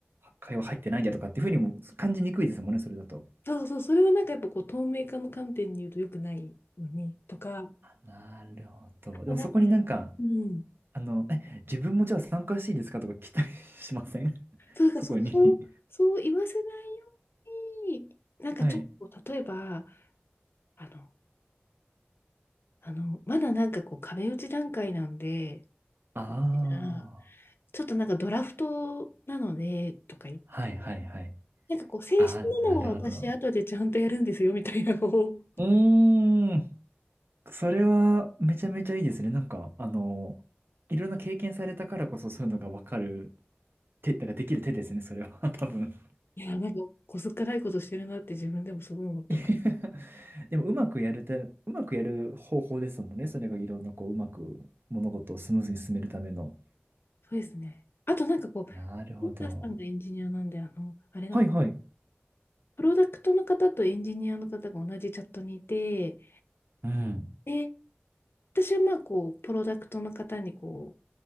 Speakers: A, on the right; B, on the left.
A: 会話入ってないんだとかっていうふうにも感じにくいですもんね、それだと。
B: そうそう、それはなんかやっぱこう透明化の観点に言うと良くないのにとか、
A: なるほど。
B: あとなんか
A: でもそこになんか、
B: うん。
A: あの、え、自分もじゃあ参加していいですかとか来たりしません <laughs>
B: そうだ、
A: そこに。
B: そ、そう、そう言わせないように、なんかちょっと、
A: はい。
B: 例えば、あの、あの、まだなんかこう壁打ち段階なんで、
A: ああ。
B: うんちょっとなんかドラフトなので、とか言って、
A: はいはいはい。
B: なんかこう、正式なのは私後でちゃんとやるんですよ、
A: ああ、なるほど。
B: みたいなのを、
A: うーん。それはめちゃめちゃいいですね。なんか、あの、いろんな経験されたからこそそういうのがわかる手、なんかできる手ですね、それは。<laughs> 多分。
B: いや、なんか、こすっかないことしてるなって自分でもすごい思ってます。
A: <laughs> いやでも、うまくやるて、うまくやる方法ですもんね。それがいろんな、こう、うまく物事をスムーズに進めるための。
B: そうですね。あとなんかこ
A: なるほど。
B: う、森田さんがエンジニアなんで、あの、あれなの、
A: はいはい。
B: プロダクトの方とエンジニアの方が同じチャットにいて、
A: うん。
B: で、私はまあこう、プロダクトの方にこう、